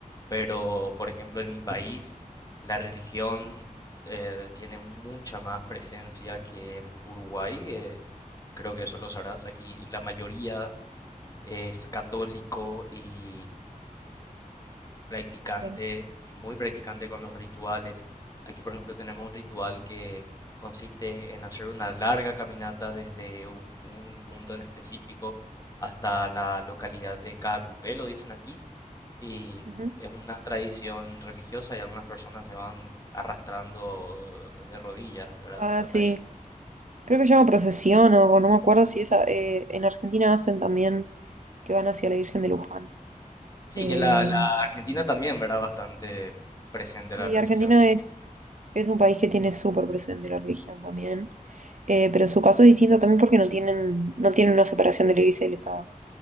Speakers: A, on the left (about 25°); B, on the right (about 60°).
A: pero por ejemplo en mi país la religión eh, tiene mucha más presencia que en Uruguay. eh, creo que eso lo sabrás. Aquí la mayoría es católico y practicante
B: Claro.
A: y muy practicante con los rituales. Aquí, por ejemplo, tenemos un ritual que consiste en hacer una larga caminata desde un punto en específico hasta la localidad de Caacupé, lo dicen aquí, y
B: Ujú.
A: es una tradición religiosa y algunas personas se van arrastrando de rodillas, ¿verdad?
B: Ah,
A: Hasta
B: sí.
A: ahí.
B: Creo que se llama procesión o, o no me acuerdo si esa. eh, en Argentina hacen también que van hacia la Virgen de Luján.
A: Sí,
B: Eh,
A: que la, la Argentina también, ¿verdad? Bastante presente
B: y
A: la religión.
B: Argentina es, es un país que tiene súper presente la religión también. Eh, pero su caso es distinto también porque no tienen, no tienen una separación de la iglesia y del Estado.